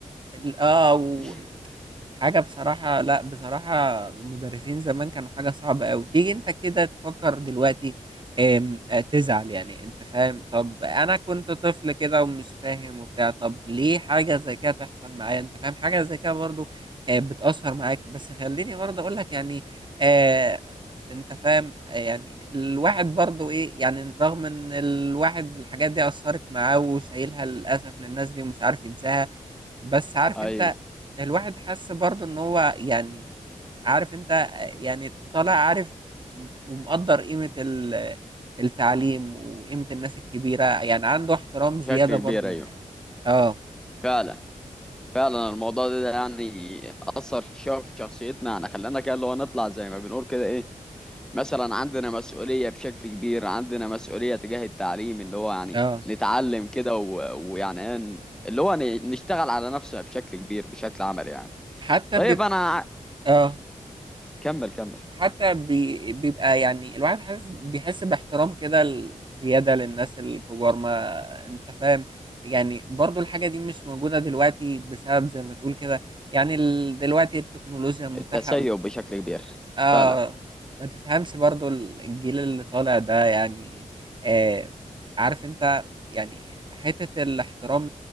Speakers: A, on the right; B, in the centre.
A: ال- اه
B: <laughs>
A: حاجة بصراحة لا بصراحة المدرسين زمان كانوا حاجة صعبة أوي تيجي أنت كده تفكر دلوقتي آم، آه، تزعل يعني أنت فاهم طب أنا كنت طفل كده ومش فاهم وبتاع طب ليه حاجة زي كده تحصل معايا أنت فاهم حاجة زي كده برضو آه، بتأثر معاك بس خليني برضه أقول لك يعني آه، أنت فاهم آه، يعني الواحد برضو إيه يعني رغم إن الواحد الحاجات دي أثرت معاه وشايلها للأسف للناس دي ومش عارف ينساها بس عارف
B: ايوه
A: انت الواحد حس برضو ان هو يعني عارف انت يعني طالع عارف ومقدر قيمة ال- التعليم وقيمة الناس الكبيرة يعني عنده احترام
B: بشكل
A: زيادة برضو
B: كبير
A: للناس
B: ايوه
A: اه
B: فعلا فعلا الموضوع ده, ده يعني أثر شوية في شخصيتنا يعني خلانا كده اللي هو نطلع زي ما بنقول كده إيه مثلا عندنا مسؤولية بشكل كبير عندنا مسؤولية تجاه التعليم اللي هو يعني
A: اه
B: نتعلم كده و- ويعني إيه ن- اللي هو ن- نشتغل على نفسنا بشكل كبير بشكل عملي يعني
A: حتى
B: طيب
A: بيبقى
B: أنا ع-
A: اه
B: كمل كمل
A: حتى بي... بيبقى يعني الواحد حاسس بيحس باحترام كده ال- زيادة للناس الكبار ما انت فاهم يعني برضو الحاجة دي مش موجودة دلوقتي بسبب زي ما تقول كده يعني ال... دلوقتي التكنولوجيا متاحة
B: التسيب بشكل كبير
A: اه
B: فعلا
A: ما تفهمش برضو الجيل اللي طالع ده يعني آه عارف انت يعني حتة الاحترام